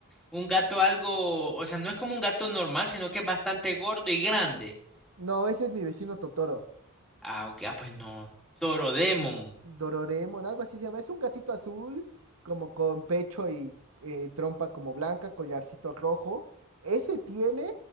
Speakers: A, in the centre; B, on the right.
A: un gato algo, o sea, no es como un gato normal, sino que es bastante gordo y grande.
B: No, ese es mi vecino Totoro.
A: Ah, ok, ah, pues no, Toro Demon.
B: Dororemon, algo así se llama. Es un gatito azul, como con pecho y eh, trompa como blanca, collarcito rojo. Ese tiene